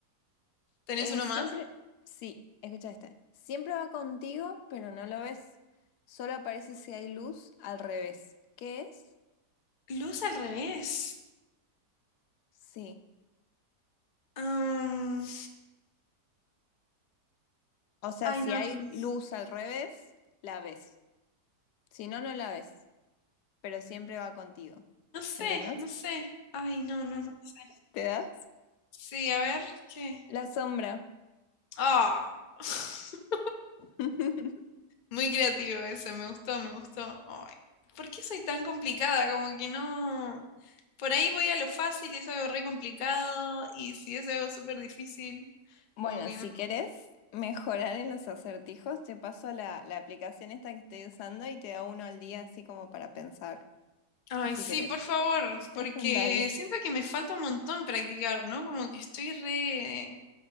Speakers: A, on the left; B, on the left.
A: ¿Tenés
B: Eh,
A: uno
B: siempre,
A: más?
B: sí, escucha este. Siempre va contigo, pero no lo ves. Solo aparece si hay luz al revés. ¿Qué es?
A: Luz al revés.
B: Sí.
A: Am,
B: O sea,
A: Ay,
B: si
A: no.
B: hay
A: n-
B: luz al revés, la ves. Si no, no la ves. pero siempre va contigo.
A: No sé,
B: ¿Entendés?
A: no sé. Ay, no, no, no sé.
B: ¿Te das?
A: Sí, a ver, ¿qué?
B: La sombra.
A: Ah. <laughs>
B: <laughs>
A: Muy creativo ese, me gustó, me gustó. Ay, ¿por qué soy tan complicada? Como que no. Por ahí voy a lo fácil y es algo re complicado. Y si es algo súper difícil,
B: Bueno,
A: como que
B: si
A: no.
B: querés mejorar en los acertijos, te paso la, la aplicación esta que estoy usando y te da uno al día así como para pensar,
A: Ay,
B: si
A: sí,
B: querés.
A: por favor,
B: <laughs>
A: porque
B: Dale.
A: siento que me falta un montón practicar, ¿no? Como que estoy re,